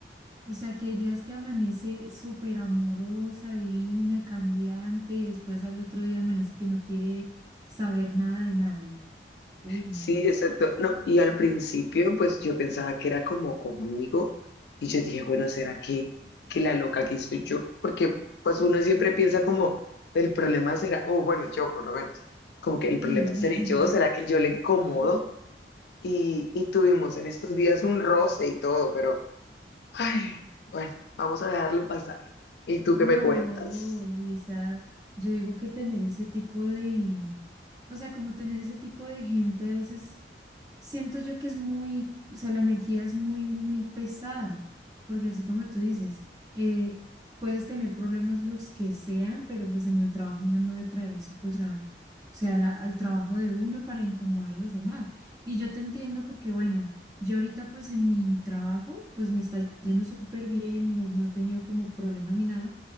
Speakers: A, on the right; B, on the left.
A: O sea, que hay días que amanece súper amorosa, divina, cambiante, y después al otro día amanece que no quiere saber nada de nadie. Uy, no,
B: Sí,
A: pero
B: exacto. No, y al principio, pues yo pensaba que era como conmigo y yo dije, bueno, ¿será que, que la loca aquí soy yo? Porque pues uno siempre piensa como, el problema será, o bueno, yo por lo menos, como que el problema
A: sí.
B: seré yo, ¿será
A: <laughs>
B: que yo le incomodo? Y, y tuvimos en estos días un roce y todo, pero, ay, bueno, vamos a dejarlo pasar. ¿Y tú qué
A: No,
B: me cuentas?
A: y esa, yo digo que tener ese tipo de, o sea, como tener ese tipo de gente a veces siento yo que es muy, o sea, la energía es muy, muy pesada, porque así como tú dices, eh, puedes tener problemas los que sean, pero pues en el trabajo uno no debe traer eso, pues a, o sea, la- al trabajo de uno para incomodar a los demás. Y yo te entiendo porque, bueno, yo ahorita pues en mi trabajo, pues me está yendo súper bien, no, no he tenido como problemas ni nada,